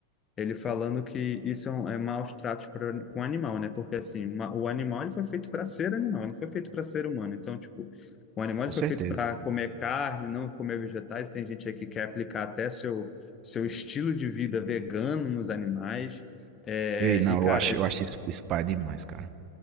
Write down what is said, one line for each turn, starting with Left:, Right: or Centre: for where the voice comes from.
Left: ele falando que isso é, um, é maus tratos pra, com animal, né? Porque assim, uma- o animal ele foi feito para ser animal, não foi feito para ser humano. Então, tipo, o animal
Right: Com
Left: ele
Right: certeza.
Left: foi feito para comer carne, não comer vegetais. Tem gente aí que quer aplicar até seu, seu estilo de vida vegano nos animais. É,
Right: E aí, não,
Left: e, cara,
Right: eu acho,
Left: eles
Right: eu acho isso, isso pai demais, cara.